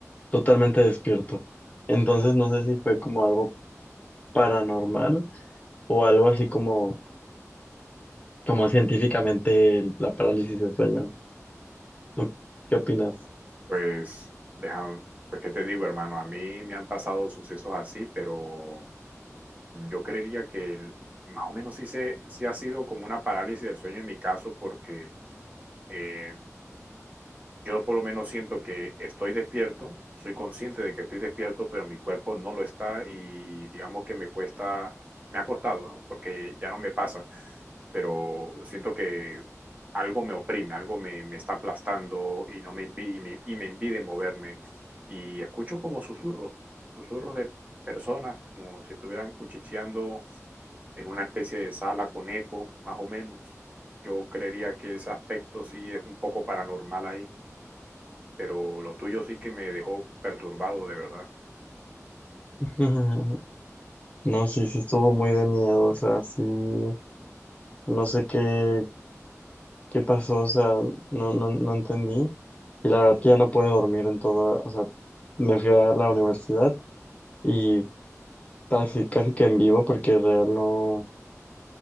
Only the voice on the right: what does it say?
Pues, deja, pues, ¿qué te digo, hermano? A mí me han pasado sucesos así, pero yo creería que el- más o menos sí, se, sí ha sido como una parálisis del sueño en mi caso, porque eh, Yo por lo menos siento que estoy despierto, soy consciente de que estoy despierto, pero mi cuerpo no lo está y digamos que me cuesta, me ha costado, ¿no? Porque ya no me pasa, pero siento que algo me oprime, algo me, me está aplastando y, no me impi- y, me, y me impide moverme. Y escucho como susurros, susurros de personas, como si estuvieran cuchicheando en una especie de sala con eco, más o menos. Yo creería que ese aspecto sí es un poco paranormal ahí pero lo tuyo sí que me dejó perturbado de verdad.